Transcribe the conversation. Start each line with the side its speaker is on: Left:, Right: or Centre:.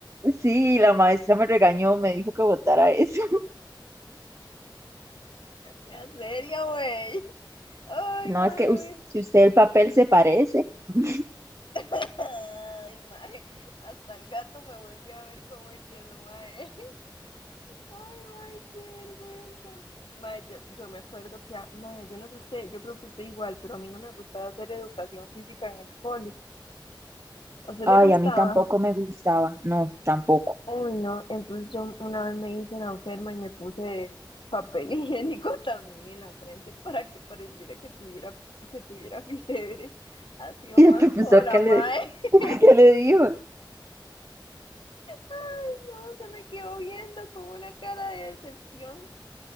Right: Sí, la maestra me regañó, me dijo que botara eso. <laughs>
Left: Sea seria, güey. Ay,
Right: No,
Left: mae,
Right: es que
Left: me
Right: us-
Left: voy.
Right: si usted el papel se
Left: a-
Right: parece. <laughs>
Left: <laughs> Ay, mae. Hasta el gato me vuelve a ver como diciendo, mae. Ay, mae, qué vergüenza. Mae, yo, yo me acuerdo que, a- mae, yo no sé usted, yo creo que usted igual, pero a mí no me gustaba hacer educación física en el cole. ¿A usted
Right: Ay,
Left: le gustaba?
Right: a mí tampoco me gustaba. No, tampoco.
Left: Uy, no. Entonces yo una vez me hice la enferma y me puse papel <laughs> higiénico también en la frente para que pareciera que tuviera, que tuviera fiebre. Ha
Right: <laughs>
Left: sido
Right: ¿Y
Left: más
Right: el profesor
Left: pola,
Right: qué le,
Left: mae. <laughs>
Right: <laughs> qué le dijo?
Left: Ay, no, se me quedó viendo con una cara de decepción.